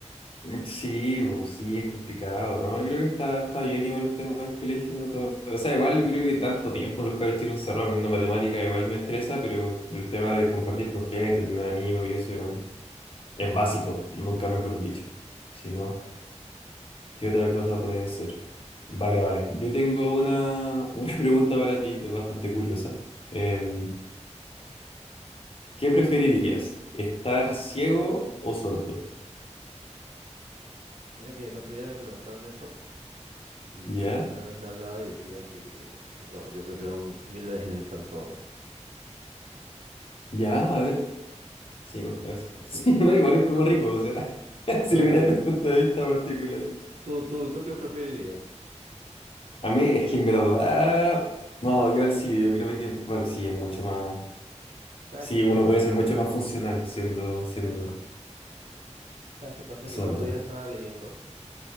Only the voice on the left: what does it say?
Sí, po, sí, es complicado, ¿no? Yo creo que está, está bien igual el tema del colegio. todo. O sea, igual yo creo que tanto tiempo los cabros chicos encerrados aprendiendo matemáticas igual me estresa, pero el tema de compartir con gente, tener amigos y eso igual. Es básico,
nunca mejor dicho. Si no,
¿qué otra cosa puede ser? Vale, vale. Yo tengo una, una <laughs> pregunta para ti, es bastante curiosa. Eh,
¿qué preferirías? ¿Estar ciego o sordo?
¿Ya?
¿Ya? A ver. Sí, pues, puede ser. Sí, <laughs> no, igual es como rico, o sea, <laughs> si
lo miras desde el punto de vista particular.
A mí es que en verdad... No, yo al sí, yo creo que bueno, sí, es mucho más...
Sí,
uno puede ser mucho más funcional siendo, siendo
sordo.